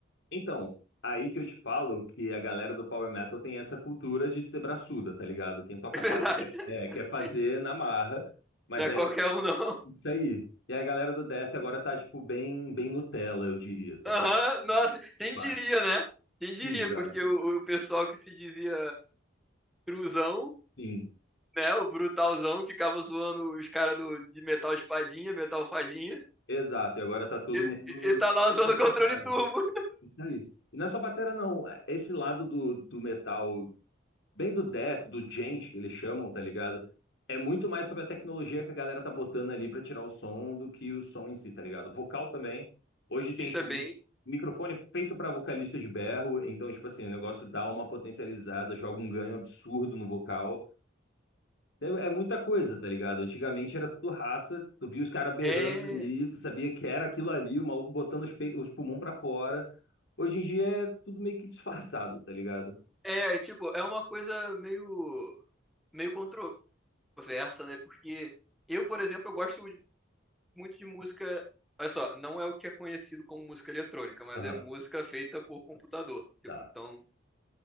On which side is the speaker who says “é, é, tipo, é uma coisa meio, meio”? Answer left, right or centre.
Centre